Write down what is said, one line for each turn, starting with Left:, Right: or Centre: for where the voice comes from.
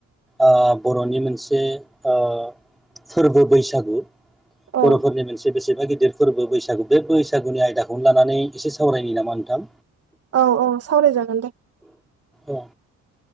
Centre: ओ बर'नि मोनसे ओ फोरबो बैसागु
Right: औ
Centre: बर'फोरनि मोनसे बेसेन फ्राय गिदिर फोरबो बैसागु बे बैसागुनि आयदाखौनो लानानै एसे सावरायनि नामा नोंथां?
Right: औ औ सावरायजागोन दे।
Centre: ओ